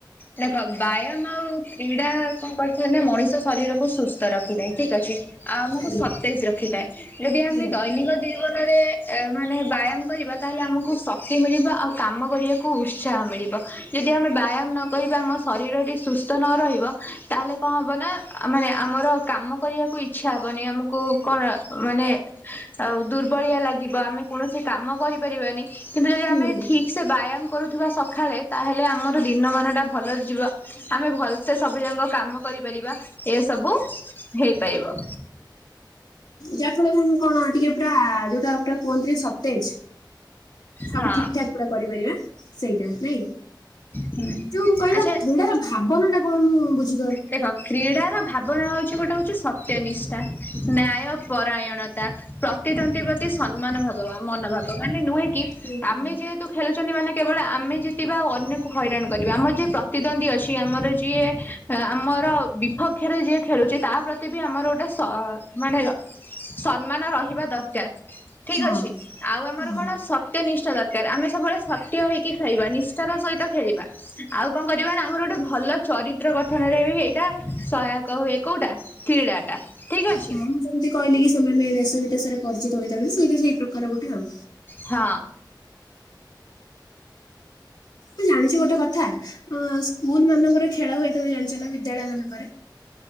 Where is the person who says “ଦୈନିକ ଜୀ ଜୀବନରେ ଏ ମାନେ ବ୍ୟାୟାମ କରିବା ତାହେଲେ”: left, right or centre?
Left